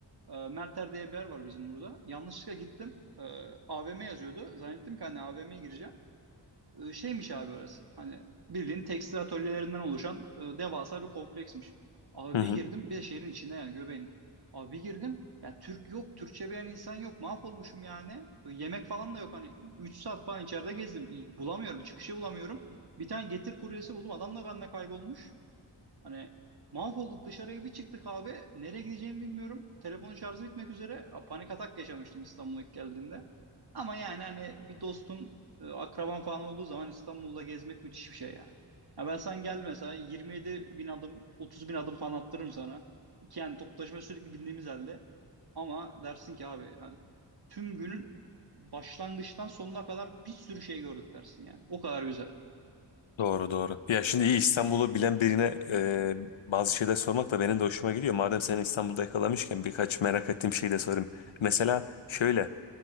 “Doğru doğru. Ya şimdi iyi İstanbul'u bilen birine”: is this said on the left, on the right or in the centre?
Left